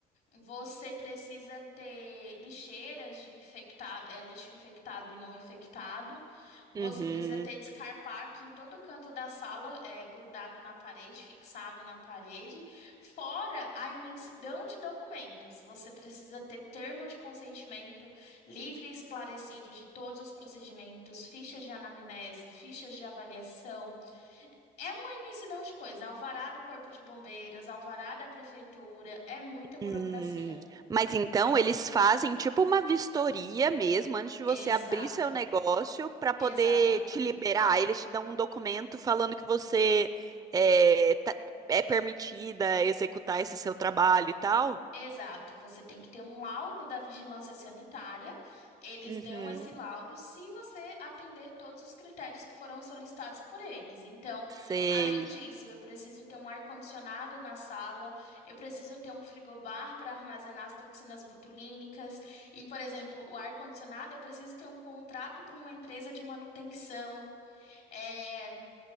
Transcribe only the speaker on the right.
Uhum.
Hum, mas então eles fazem tipo uma vistoria mesmo antes de você
abrir seu negócio para poder
te liberar. Eles te dão um documento falando que você é, tá- é permitida executar esse seu trabalho e tal.
Uhum,
sei,